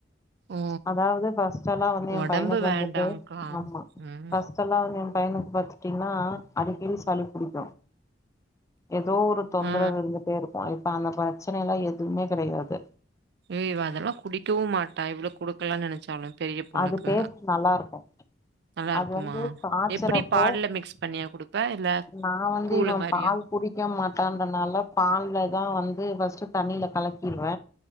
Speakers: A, on the right; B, on the left.
A: ஓ!
B: அதாவது ஃபஸ்ட் எல்லா வந்து எ
A: உடம்பு
B: பையனுக்கு
A: வேண்டாங்க்கா.
B: வந்துட்டு ஆமா
A: ம்.
B: ஃபஸ் ஸ்டெல்லா வந்து எ பையனுக்கு பாத்துட்டீங்கன்னா அடிக்கடி சளி பிடிக்கு ஏதோ ஒரு தொந்தரவு
A: ஆ.
B: இருந்துட்டே இருக்கு இப்ப அந்த பிரச்சனை எல்லா எதுமே கெடையாது
A: ஏ இவ அதெல்லா குடிக்கவு மாட்டா இவளக்கு குடுக்கலானு நெனைச்சாலு பெரிய பொண்ணுக்கு
B: அது டேஸ்ட் நல்லா இருக்கு
A: நல்லா
B: அது
A: இருக்குமா
B: வந்து காய்ச்சறப்போ
A: எப்படி பால்ல மிக்ஸ் பண்ணியா குடுப்ப இல்ல
B: நா வந்து
A: கூளு
B: இவ
A: மாரியா
B: பால் குடிக்க மாட்டான்றதுனால பால்லதா வந்து ஃபஸ்ட் தண்ணியில கலக்கிருவ